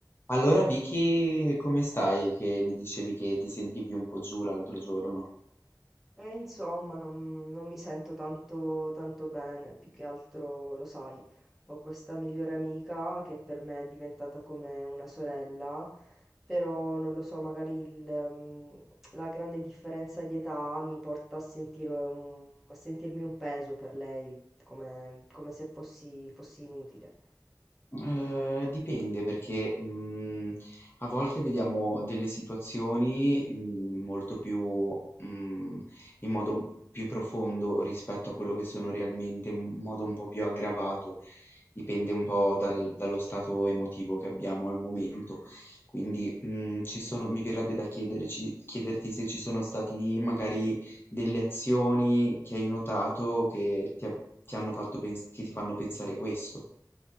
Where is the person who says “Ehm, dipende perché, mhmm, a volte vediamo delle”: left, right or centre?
Left